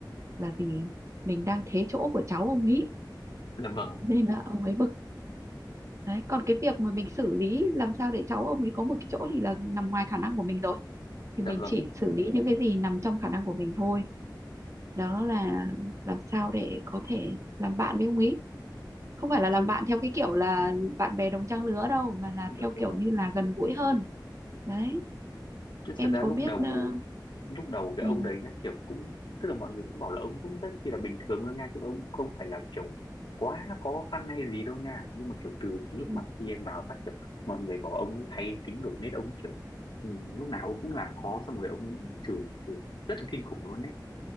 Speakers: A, on the right (about 40°); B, on the left (about 80°).
A: là vì mình đang thế chỗ của cháu ông ấy
B: dạ vâng,
A: nên là ông ấy bực Đấy, còn cái việc mà mình xử lý làm sao để cháu ông ấy có một cái chỗ thì là nằm ngoài khả năng của mình rồi thì
B: dạ
A: mình
B: vâng,
A: chỉ xử lý những cái gì nằm trong khả năng của mình thôi đó là làm sao để có thể làm bạn với ông ấy không phải là làm
B: chứ,
A: bạn theo cái kiểu là bạn bè đồng trang lứa đâu mà là
B: dạ
A: theo
B: vâng.
A: kiểu như là gần gũi hơn đấy
B: chứ
A: em
B: thật ra
A: có
B: lúc
A: biết
B: đầu
A: ờ,
B: lúc đầu cái
A: ừ,
B: ông đấy nhá kiểu cũng tức là mọi người cũng bảo là ông cũng rất chi là bình thường thôi nha chứ ông cũng không phải là kiểu quá khó khăn hay gì đâu nha nhưng mà kiểu từ cái
A: ừ,
B: lúc mà khi em vào phát kiểu mọi người bảo ông ấy thay tính đổi nết ông kiểu ừ, lúc nào ông cũng làm khó xong rồi ông chửi chửi rất là kinh khủng luôn đấy